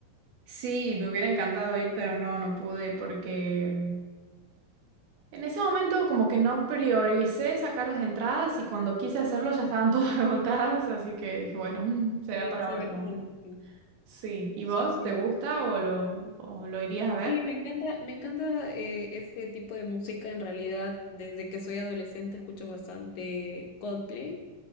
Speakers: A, on the right; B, on the left.
A: Sí, me hubiera encantado ir, pero no, no pude porque mm, en ese momento como que no prioricé sacar las entradas y cuando quise hacerlo ya estaban todas <laughs> agotadas, así que dije, bueno, mm, será
B: sí
A: para
B: se
A: otro
B: venden
A: momento.
B: el ticket.
A: Sí. ¿Y
B: Sí,
A: vos?
B: sí.
A: ¿Te gusta o lo, o lo irías a ver?
B: Sí, me encanta, me encanta eh, ese tipo de música. En realidad, desde que soy adolescente escucho bastante Coldplay.